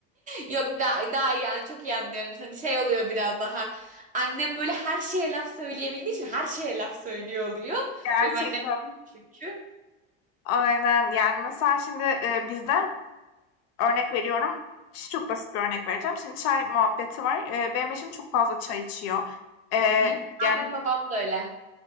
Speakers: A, on the right (about 25°); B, on the left (about 55°).
A: Yok daha, daha iyi an çok iyi anlıyorum seni. Şey oluyor biraz daha. Annem böyle her şeye laf söyleyebildiği için her şeye laf söylüyor oluyor.
B: gerçekten.
A: Benim annem öyle çünkü.
B: Aynen. Yani mesela şimdi, eee, bizde örnek veriyorum, ç çok basit bir örnek vereceğim. Şimdi çay muhabbeti var. Eee, benim eşim çok fazla çay içiyor. Eee,
A: Hı hı. Ha,
B: yani,
A: benim babam da öyle.